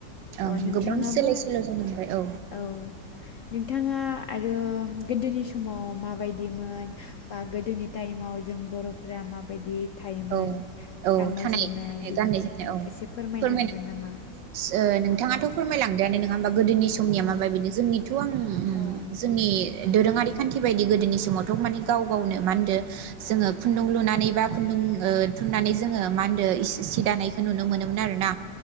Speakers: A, on the right; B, on the left.
A: औ
B: अ नोंथाङाबो
A: गोबां सोलाय सोल' जानांबाय औ
B: औ नोंथाङा आरो गोदोनि समाव माबायदिमोन बा गोदोनि टाइमाव जों बर'फोरा माबायदि थायोमोन
A: औ औ
B: गाननाय
A: थानाय
B: जोमनाय
A: थानाय
B: बेखौ
A: गाननाय जोमनाय औ
B: एसे फोरमायनो
A: फोरमायनांगौ
B: हागोन नामा?
A: औ नोंथाङाथ' फोरमायलांदो आनो नों नङा होमबा गोदोनि समनिया
B: औ
A: माबा बेनो जोंनिथ' आं
B: औ नोंथां
A: जोंनि दोरोङारिखौ खान्थि बायदि गोदोनि समावथ' माने गाव गावनो मा होनो जोङो खुन्दुं लुनानै बा खुन्दुं ओ थुननानै जोङो मा होनदो सि दानायखौ नुनो मोनोमोन आरो ना